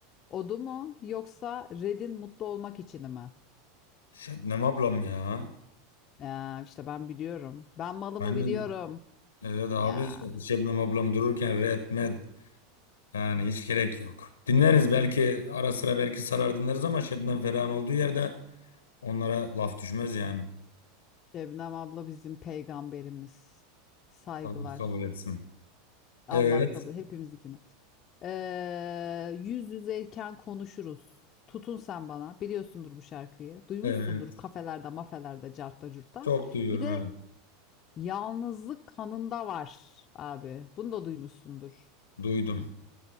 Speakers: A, on the left; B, on the left.
A: Odu mu yoksa Red'in mutlu olmak için mi?
B: Şebnem ablam ya.
A: Ya işte ben biliyorum. Ben malımı
B: Ben
A: biliyorum.
B: de evet abi
A: Ya
B: Şebnem ablam dururken Red Med yani hiç gerek yok. Dinleriz belki ara sıra belki sarar dinleriz ama Şebnem Ferah'ın olduğu yerde onlara laf düşmez yani.
A: Şebnem abla bizim peygamberimiz. Saygılar.
B: Allah kabul etsin.
A: Allah
B: Evet.
A: kabul hepimizinkini. Ee, yüz yüzeyken konuşuruz. Tutun sen bana. Biliyorsundur bu şarkıyı. Duymuşsundur
B: Evet.
A: kafelerde, mafelerde, cartta, curtta.
B: Çok duyuyorum
A: Bir de
B: evet.
A: Yalnızlık kanında var abi. Bunu da duymuşsundur.
B: Duydum.